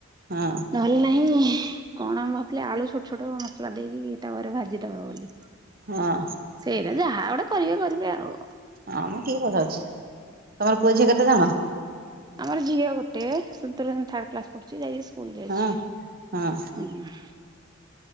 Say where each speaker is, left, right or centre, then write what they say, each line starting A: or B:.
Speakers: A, on the right; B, on the right.
A: ହଁ
B: ନହେଲେ ନାହିଁ କଣ ଭାବୁଥିଲି ଆଳୁ ଛୋଟ ଛୋଟ ମସଲା ଦେଇକି ତାୱାରେ ଭାଜିଦବା ବୋଲି।
A: ହଁ।
B: ସେଇରା ଯାହା ଗୋଟେ କରିବେ କରିବେ ଆଉ।
A: ହଁମ କିଏ ପଚାରୁଚି ତମର ପୁଅ ଝିଅ କେତେ ଜଣ?
B: ଆମର ଝିଅ ଗୋଟେ ତୃତୀୟ ଶ୍ରେଣୀ ଥାର୍ଡ଼ କ୍ଲାସ ପଢ଼ୁଛି ଯାଇଛି ସ୍କୁଲ ଯାଇଛି
A: ହଁ ହଁ
B: ହୁଁ।